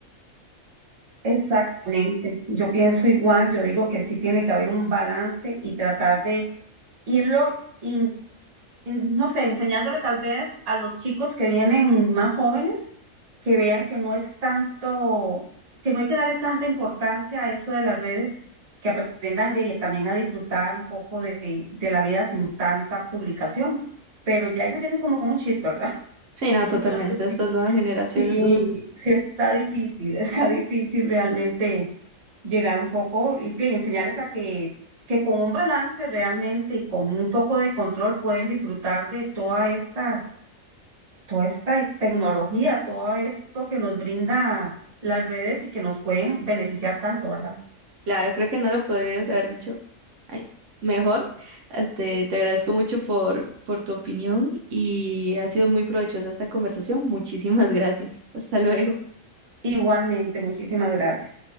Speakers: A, on the right; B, on the right.
A: Exactamente, yo pienso igual, yo digo que sí tiene que haber un balance y tratar de irlo, in- in- no sé, enseñándole tal vez a los chicos que vienen más jóvenes que vean que no es tanto, que no hay que darle tanta importancia a eso de las redes, que aprendan y también a disfrutar un poco de, de la vida sin tanta publicación. Pero ya ellos tienen como con un chip, ¿verdad?
B: Sí,
A: <laughs>
B: no, totalmente.
A: Entonces sí,
B: Estas nuevas generaciones,
A: sí,
B: estos
A: sí está difícil, <laughs> está difícil realmente llegar un poco y bien, enseñarles a que, que con un balance realmente y con un poco de control pueden disfrutar de toda esta toda esta tecnología, todo esto que nos brinda las redes y que nos pueden beneficiar tanto, ¿verdad?
B: Claro, creo que no lo podrías haber dicho ay, mejor. Este, te agradezco mucho por, por tu opinión y ha sido muy provechosa esta conversación. Muchísimas <laughs> gracias. Hasta luego.
A: Igualmente, muchísimas gracias.